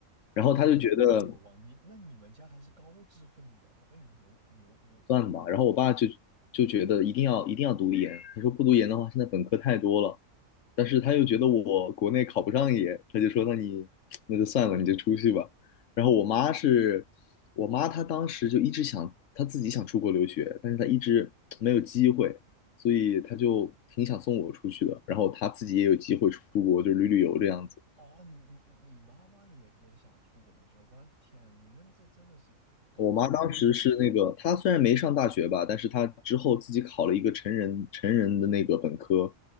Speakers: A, on the left; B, on the right.
A: 然后他就觉得
B: 哇，这么牛啊！你那你们家还是高知分子啊，我很牛牛牛！
A: 算吧，然后我爸就就觉得一定要一定要读研，他说不读研的话，现在本科太多了。但是他又觉得我国内考不上研，他就说那你 <tsk> 那就算了，你就出去吧。然后我妈是，我妈她当时就一直想她自己想出国留学，但是她一直没有机会，所以她就挺想送我出去的。然后她自己也有机会出国，就旅旅游这样子。
B: 哦，你你你妈妈也也想出国留学，我的天啊，你们这真的是高知分子啊！
A: 我妈当时是那个，她虽然没上大学吧，但是她之后自己考了一个成人成人的那个本科，